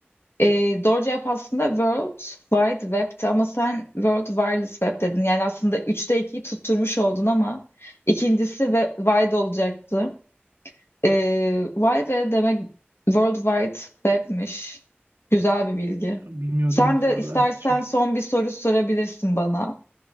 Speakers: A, on the left; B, on the right.
A: e, doğru cevap aslında World Wide Web'ti ama sen World Wireless Web dedin. Yani aslında üçte ikiyi tutturmuş oldun ama ikincisi ve wide olacaktı. E, wide demek World Wide Web'miş. Güzel bir bilgi.
B: Ya, bilmiyordum
A: Sen
B: mesela
A: de istersen
B: ben. Şöyle,
A: son bir soru sorabilirsin bana.